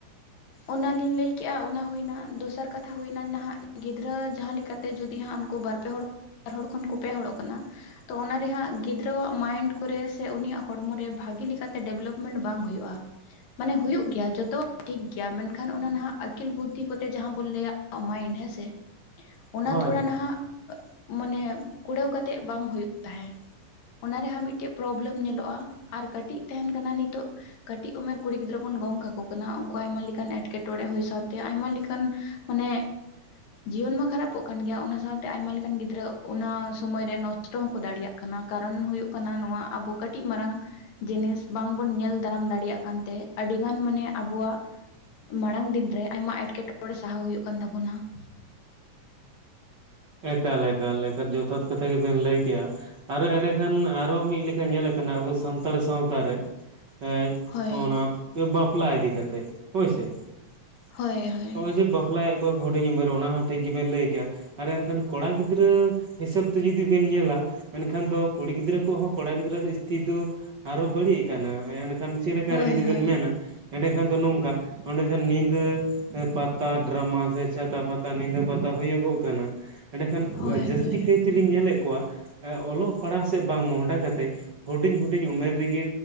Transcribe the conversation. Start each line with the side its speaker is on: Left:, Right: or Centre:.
Left: ᱚᱱᱟᱞᱤᱧ ᱞᱟᱹᱭᱠᱮᱜᱼᱟ ᱚᱱᱟ ᱦᱩᱭᱮᱱᱟ, ᱫᱚᱥᱟᱨ ᱠᱟᱛᱷᱟ ᱦᱩᱭᱱᱟ ᱱᱟᱦᱟᱜ ᱜᱤᱫᱽᱨᱟᱹ ᱡᱟᱦᱟᱸ ᱞᱮᱠᱟ ᱛᱮ ᱡᱩᱫᱤ ᱦᱟᱸᱜ ᱩᱱᱠᱩ ᱵᱟᱨ ᱯᱮ ᱦᱚᱲ ᱵᱟᱨ ᱦᱚᱲ ᱠᱷᱚᱱ ᱠᱚ ᱯᱮ ᱦᱚᱲᱚᱜ ᱠᱟᱱᱟ, ᱛᱚ ᱚᱱᱟᱨᱮ ᱦᱟᱸᱜ ᱜᱤᱫᱽᱨᱟᱹᱣᱟᱜ ᱢᱟᱭᱤᱱᱰ ᱠᱚᱨᱮ ᱥᱮ ᱩᱱᱤᱭᱟᱜ ᱦᱚᱲᱢᱚᱨᱮ ᱵᱷᱟᱹᱜᱤ ᱞᱮᱠᱟᱛᱮ ᱰᱮᱵᱷᱞᱚᱯᱢᱮᱱᱴ ᱵᱟᱝ ᱦᱩᱭᱩᱜᱼᱟ ᱾ ᱢᱟᱱᱮ ᱦᱩᱭᱩᱜ ᱜᱮᱭᱟ ᱡᱚᱛᱚᱣᱟᱜ ᱴᱷᱤᱠ ᱜᱤ ᱭᱟ ᱢᱮᱱᱠᱷᱟᱱ ᱚᱱᱟ ᱱᱟᱦᱟᱜ ᱟᱹᱠᱤᱞ ᱵᱩᱫᱽᱫᱷᱤ ᱠᱚᱛᱮ ᱡᱟᱦᱟᱸ ᱵᱚᱱ ᱞᱟᱹᱭᱟ ᱟ ᱢᱟᱭᱤᱱᱰ ᱦᱮᱸᱥᱮ, ᱚᱱᱟ
Right: ᱦᱳᱭ
Left: ᱛᱷᱚᱲᱟ
Right: ᱦᱳᱭ
Left: ᱱᱟᱦᱟᱜ ᱢᱚᱱᱮ ᱠᱩᱲᱟᱹᱣ ᱠᱟᱛᱮᱜ ᱵᱟᱝ ᱦᱩᱭᱩᱜ ᱛᱟᱦᱮᱸ ᱾ ᱚᱱᱟ ᱨᱮ ᱦᱟᱸᱜ ᱢᱤᱫᱴᱮ ᱯᱨᱚᱵᱽᱞᱮᱢ ᱧᱮᱞᱚᱜᱼᱟ ᱟᱨ ᱠᱟᱹᱴᱤᱡ ᱛᱟᱦᱮᱱ ᱠᱟᱱᱟ ᱱᱤᱛᱚᱜ ᱠᱟᱹᱴᱤᱜ ᱩᱢᱮᱨ ᱠᱩᱲᱤ ᱜᱤᱫᱽᱨᱟᱹ ᱵᱩᱱ ᱜᱚᱝ ᱠᱟᱠᱚ ᱠᱟᱱᱟ ᱩᱝᱠᱩ ᱟᱭᱢᱟ ᱞᱮ ᱠᱟᱱ ᱮᱸᱴᱠᱮᱴᱚᱬᱮ ᱦᱩᱭ ᱥᱟᱶᱛᱮ ᱟᱭᱢᱟ ᱞᱮᱠᱟᱱ ᱢᱟᱱᱮ ᱡᱤᱭᱚᱱ ᱢᱟ ᱠᱷᱟᱨᱟᱯᱚᱜ ᱠᱟᱱ ᱜᱮᱭᱟ ᱚᱱᱟ ᱥᱟᱶᱛᱮ ᱟᱭᱢᱟ ᱞᱮᱠᱟᱱ ᱜᱤᱫᱽᱨᱟᱹ ᱚᱱᱟ ᱥᱚᱢᱚᱭ ᱨᱮ ᱠᱚᱥᱴᱚ ᱦᱚᱸᱠᱚ ᱫᱟᱲᱮᱭᱟᱜ ᱠᱟᱱᱟ, ᱠᱟᱨᱚᱱ ᱦᱩᱭᱩᱜ ᱠᱟᱱᱟ ᱱᱚᱣᱟ ᱟᱵᱚ ᱠᱟᱹᱴᱤᱡ ᱢᱟᱨᱟᱝ ᱡᱤᱱᱤᱥ ᱵᱟᱝᱵᱩᱱ ᱧᱮᱞ ᱫᱟᱨᱟᱢ ᱫᱟᱲᱮᱭᱟᱜ ᱠᱟᱱᱛᱮ ᱟᱹᱰᱤᱜᱟᱱ ᱢᱟᱱᱮ ᱟᱵᱚᱣᱟᱜ ᱢᱟᱲᱟᱝ ᱫᱤᱱᱨᱮ ᱟᱭᱢᱟ ᱮᱸᱴᱠᱮᱴᱚᱲᱮ ᱥᱟᱦᱟᱣ ᱦᱩᱭᱩᱜ ᱠᱟᱱ ᱛᱟᱵᱩᱱᱟ ᱾
Right: ᱮᱠᱟᱞ ᱮᱠᱟᱞ ᱮᱠᱟᱞ, ᱡᱚᱛᱷᱟᱛ ᱠᱟᱛᱷᱟ ᱜᱮᱵᱮᱱ ᱞᱟᱹᱭ ᱠᱮᱜᱼᱟ ᱾ ᱟᱨᱚ ᱮᱸᱰᱮᱠᱷᱟᱱ ᱟᱨᱚ ᱢᱤᱜ ᱞᱮᱠᱟ ᱧᱮᱞ ᱟᱠᱟᱱᱟ ᱟᱵᱚ ᱥᱟᱱᱛᱟᱲ ᱥᱟᱶᱛᱟ ᱨᱮ ᱾ ᱮᱸᱡ
Left: ᱦᱳᱭ
Right: ᱦᱚᱸᱜᱼᱚᱱᱟ ᱵᱟᱯᱞᱟ ᱤᱫᱤ ᱠᱟᱛᱮᱜ ᱦᱳᱭᱥᱮ ᱾
Left: ᱦᱳᱭ ᱦᱳᱭ
Right: ᱦᱚᱜᱼᱚᱭ ᱡᱮ ᱵᱟᱯᱞᱟᱭᱮᱜ ᱠᱚᱣᱟ ᱠᱚ ᱦᱩᱰᱤᱧ ᱩᱢᱮᱨ ᱚᱱᱟ ᱦᱚᱸ ᱴᱷᱤᱠ ᱜᱮᱵᱮᱱ ᱞᱟᱹᱭ ᱠᱮᱭᱟ ᱾ ᱟᱨ ᱮᱱᱠᱷᱟᱱ ᱠᱚᱲᱟ ᱜᱤᱫᱽᱨᱟᱹ ᱦᱤᱥᱟᱹᱵ ᱛᱮ ᱡᱩᱫᱤ ᱵᱮᱱ ᱧᱮᱞᱟ ᱮᱱᱠᱷᱟᱱ ᱫᱚ ᱠᱩᱲᱤ ᱜᱤᱫᱽᱨᱟᱹ ᱠᱚᱦᱚᱸ ᱠᱚᱲᱟ ᱜᱤᱫᱽᱨᱟᱹ ᱥᱤᱥᱛᱷᱤ ᱫᱚ ᱟᱨᱚ ᱵᱟᱹᱲᱤᱡ ᱠᱟᱱᱟ ᱮᱱᱠᱷᱟᱱ ᱪᱮᱫ ᱞᱮᱠᱟᱨᱮ
Left: ᱦᱳᱭ
Right: ᱡᱩᱫᱤ
Left: ᱦᱳᱭ
Right: ᱵᱤᱱ ᱢᱮᱱᱟ ᱮᱸᱰᱮᱠᱷᱟᱱ ᱫᱚ ᱱᱚᱝᱠᱟ ᱚᱸᱰᱮ ᱡᱟᱦᱟᱸ ᱱᱤᱫᱟᱹ ᱯᱟᱛᱟ ᱰᱨᱟᱢᱟ ᱥᱮ ᱪᱷᱟᱛᱟ ᱯᱟᱛᱟ ᱱᱤᱫᱟᱹ ᱯᱟᱛᱟ ᱦᱩᱭᱩᱜᱚᱜ ᱠᱟᱱᱟ, ᱮᱸᱰᱮᱠᱷᱟᱱ
Left: ᱦᱳᱭ
Right: ᱡᱟᱹᱥᱛᱤ
Left: ᱦᱳᱭ
Right: ᱠᱟᱭ ᱛᱮᱞᱤᱧ ᱧᱮᱞᱮᱜ ᱠᱚᱣᱟ ᱚᱞᱚᱜ ᱯᱟᱲᱦᱟᱣ ᱥᱮᱫ ᱵᱟᱝ ᱢᱚᱦᱰᱟ ᱠᱟᱛᱮ ᱦᱩᱰᱤᱧ ᱦᱩᱰᱤᱧ ᱩᱢᱮᱨ ᱨᱮᱜᱮ